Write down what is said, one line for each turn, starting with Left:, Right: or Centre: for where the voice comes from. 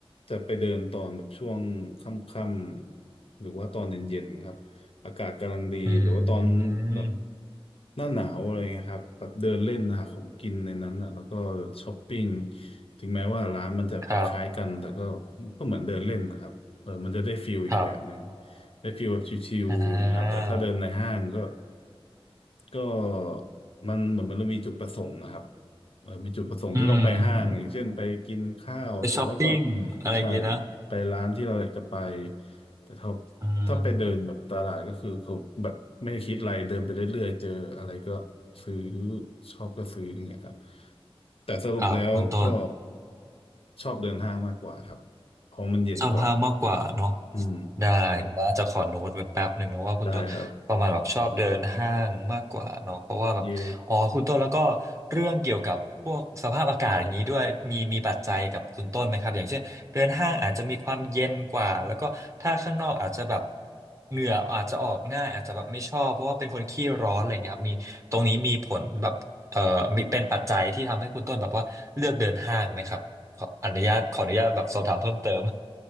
Left: จะไปเดินตอนแบบช่วงค่ำๆหรือว่าตอนเย็นๆครับ อากาศกำลังดีหรือว่าตอน
Right: อืม
Left: แบบหน้าหนาวอะไรเงี้ยครับแบบเดินเล่นหาของกินในนั้นอ่ะแล้วก็ช้อปปิ้งถึงแม้ว่าร้านมันจะคล้ายๆกันแต่ก็
Right: ครับ
Left: ก็เหมือนเดินเล่นนะครับเออมันจะได้ฟิลอีกแบบหนึ่ง
Right: ครับ
Left: ได้ฟิลแบบชิลๆนะครับแต่ถ้าเดินในห้างก็
Right: อ่า
Left: ก็มันเหมือนมันมีจุดประสงค์นะครับ เออมีจุดประสงค์ที่ต้องไปห้างอย่างเช่นไปกินข้าวเสร็จแล้วก็
Right: อืม ไปช้อปปิ้งอะไรอย่างงี้นะ
Left: ใช่ไปร้านที่เราอยากจะไปแต่ถ้า
Right: อื
Left: ถ้าไปเดินแบบตลาดก็คือเขาแบบไม่คิดอะไรเดินไปเรื่อยๆเจออะไรก็
Right: ม
Left: ซื้อชอบก็ซื้ออย่างเงี้ยครับแต่สรุปแล้วก็
Right: ครับคุณต้น
Left: ชอบเดินห้างมากกว่าครับเพราะมันเย็นกว่า
Right: ชอบห้างมากกว่าเนอะ
Left: อืม
Right: ได้หรือว่าจะขอโน้ตไว้แป๊บหนึ่งเนอะว่าคุณต้นประมาณแบบชอบเดินห้างมากกว่าเนาะเพราะว่าแบบอ๋อคุณต้นแล้วก็
Left: ได้ครับเย่
Right: เรื่องเกี่ยวกับพวกสภาพอากาศอย่างนี้ด้วยมีมีปัจจัยกับคุณต้นไหมครับอย่างเช่นเดินห้างอาจจะมีความเย็นกว่าแล้วก็ถ้าข้างนอกอาจจะแบบเหงื่ออาจจะออกง่ายอาจจะแบบไม่ชอบเพราะว่าเป็นคนขี้ร้อนอะไรเงี้ยครับมีตรงนี้มีผลแบบเอ่อมีเป็นปัจจัยที่ทำให้คุณต้นแบบว่าเลือกเดินห้างไหมครับขออนุญาตขออนุญาตแบบสอบถามเพิ่มเติม